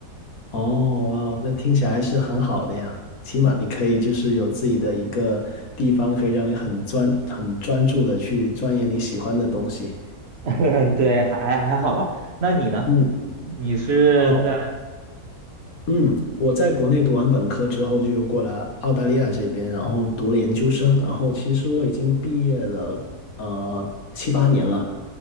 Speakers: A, on the left; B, on the right.
A: 哦，哇哦，那听起来是很好的呀。起码你可以就是有自己的一个地方，可以让你很专、很专注的去钻研你喜欢的东西。
B: <laughs> 对，还还还好吧。那你呢？
A: 嗯，
B: 你是在？
A: 哦，嗯，我在国内读完本科之后就过来澳大利亚这边，然后读了研究生，然后其实我已经毕业了，呃，七八年了。